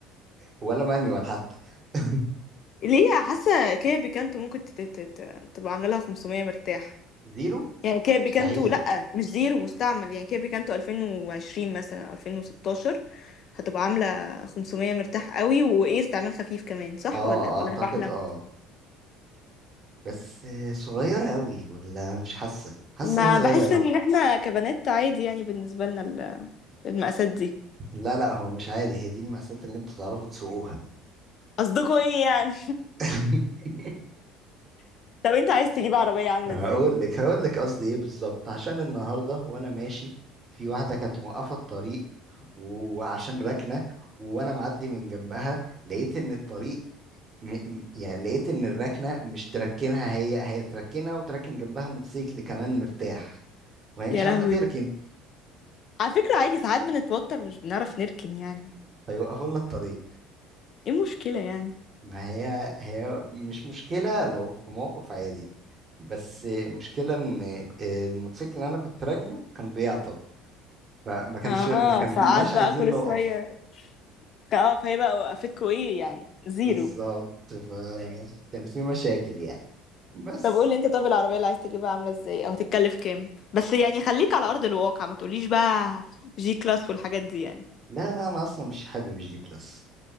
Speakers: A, on the right; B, on the left.
A: ولا مانيوال حتى <laughs>
B: ليه حاسه كده بيكانتو ممكن تت- تت- تت- تبقى عامله لها 500 مرتاح
A: زيرو
B: يعني كده بيكانتو
A: مستحيل
B: لا مش زيرو مستعمل يعني كده بيكانتو 2020 مثلا أو 2016 هتبقى عامله 500 مرتاح قوي وايه استعمال خفيف كمان صح
A: اه
B: ولا ولا
A: اعتقد
B: انا بحلم
A: اه بس صغيرة قوي ولا مش حاسة حاسس
B: ما
A: انها صغيرة
B: بحس
A: قوي
B: ان احنا كبنات عادي يعني بالنسبه لنا ال- المقاسات دي
A: لا لا هو مش عادي هي دي المقاسات اللي انتوا تعرفوا تسوقوها
B: قصدكوا ايه يعني
A: <laughs>
B: <laughs> طب انت عايز تجيب عربيه عامله
A: هقول
B: ازاي
A: لك هقول لك قصدي ايه بالظبط عشان النهاردة وانا ماشي في واحدة كانت موقفة الطريق وعشان راكنة وانا معدي من جنبها لقيت ان الطريق م... م- يعني لقيت ان الراكنة مش تركنها هي هي تركنها وتركن جنبها موتوسيكل كمان مرتاح وهي
B: يا
A: مش عارفة
B: لهوي
A: تركن
B: على فكرة عادي ساعات بنتوتر مش بنعرف نركن يعني
A: فيوقفوا لنا الطريق
B: ايه المشكلة يعني
A: ما هي هي مش مشكلة لو في موقف عادي بس مشكلة ان آه، الموتوسيكل اللي انا كنت راكبه كان بيعطل فما كانش
B: اه
A: ما كناش
B: ساعات
A: عايزين
B: بقى كل
A: نقف
B: شوية اه فهي بقى وقفتكوا ايه يعني زيرو
A: بالظبط فكان في مشاكل يعني بس
B: طب قولي انت طب العربية اللي عايز تجيبها عاملة ازاي او هتتكلف كام بس يعني خليك على أرض الواقع ما تقوليش بقى جي كلاس والحاجات دي يعني
A: لا لا انا اصلا مش حابب الجي كلاس